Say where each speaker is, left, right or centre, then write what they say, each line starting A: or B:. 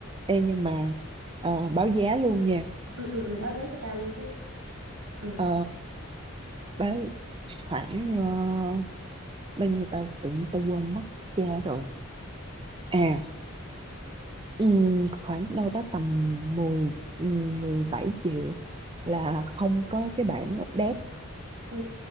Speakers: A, on the right; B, on the right.
A: Ê,
B: Rồi.
A: nhưng mà ờ, báo giá luôn nha
B: ừ, ừ, ừ, báo giá cho tao luôn chứ ừ
A: Ờ, báo khoảng ờ, bao nhiêu tao tự nhiên tao quên mất giá rồi à ừm, khoảng đâu đó tầm 10 ừm, mười bảy triệu là không có cái bản update
B: ừ